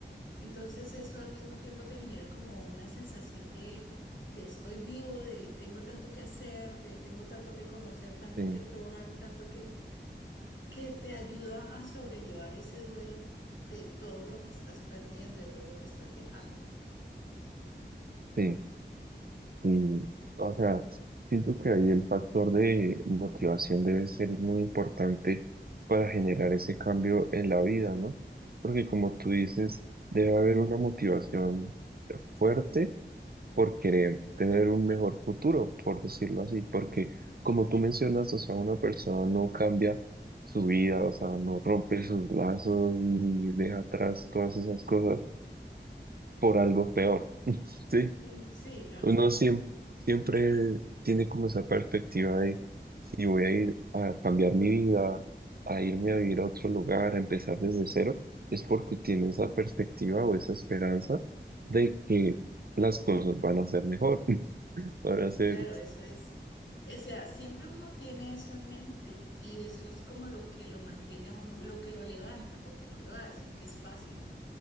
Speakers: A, on the left; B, on the right.
A: Entonces eso al mismo tiempo te genera como una sensación de de estoy vivo, de tengo tanto que hacer, de tengo tanto que conocer, tanto
B: sí,
A: que probar, tanto que que te ayuda a sobrellevar ese duelo de todo lo que estás perdiendo, de todo lo que estás dejando.
B: sí. Y, o sea, siento que ahí el factor de motivación debe ser muy importante para generar ese cambio en la vida, ¿no? Porque como tú dices, debe haber una motivación fuerte por querer tener un mejor futuro, por decirlo así, porque como tú mencionas, o sea, una persona no cambia su vida, o sea, no rompe sus lazos ni deja atrás todas esas cosas por algo peor, ¿sí?
A: Mm, Sí, no,
B: Uno siem- siempre, tiene como esa perspectiva de si voy a ir a cambiar mi vida, a irme a vivir a otro lugar, a empezar desde cero, es porque tiene esa perspectiva o esa esperanza de que las cosas van a ser mejor, <laughs> van a ser,
A: claro, eso es. O sea, siempre uno tiene eso en mente y eso es como lo que lo mantiene a uno, lo que lo levanta, porque no te voy a decir que es fácil.